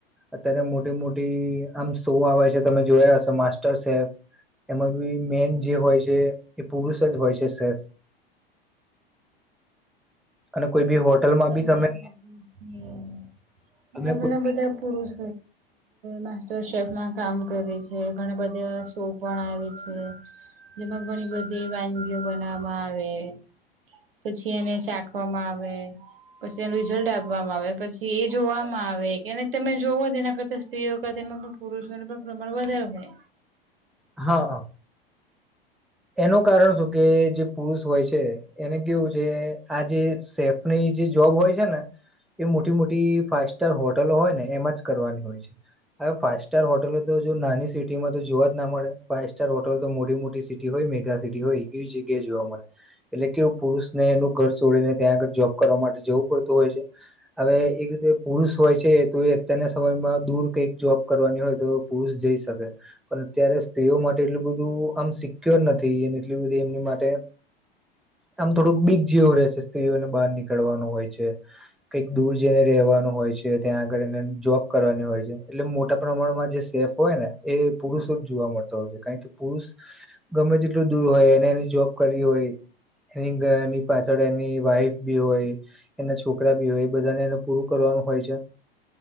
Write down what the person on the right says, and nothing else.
હા સંજીવ
કપૂર છે બીજા
ઘણા
બધા પુરુષ માસ્ટર શેફમાં કામ કરે છે ઘણા બધા શો પણ આવે છે. જેમાં ઘણી બધી વાનગીઓ બનાવવામાં આવે. પછી એને ચાખવામાં આવે. પછી એનું રિઝલ્ટ આપવામાં આવે. પછી એ જોવામાં આવે કે તમે જોવો તેના કરતા સ્ત્રીઓ કરતા પુરષોનો પણ પ્રમાણ વધારે હોય.
<inaudible>